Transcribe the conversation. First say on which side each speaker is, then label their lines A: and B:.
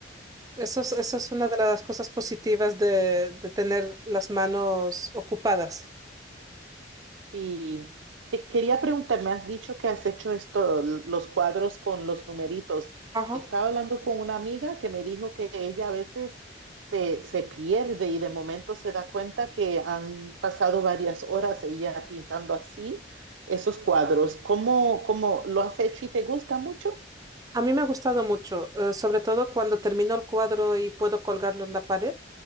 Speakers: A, on the right; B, on the right.
A: Eso es, eso es una de las cosas positivas de, de tener las manos ocupadas.
B: Sí, te quería preguntar, me has dicho que has hecho esto, l- los cuadros con los numeritos.
A: Ajá.
B: Estaba hablando con una amiga que me dijo que ella a veces te se pierde y de momento se da cuenta que han pasado varias horas ella pintando así esos cuadros. ¿Cómo, cómo lo has hecho y te gusta mucho?
A: A mí me ha gustado mucho, eh, sobre todo cuando termino el cuadro y puedo colgarlo en la pared.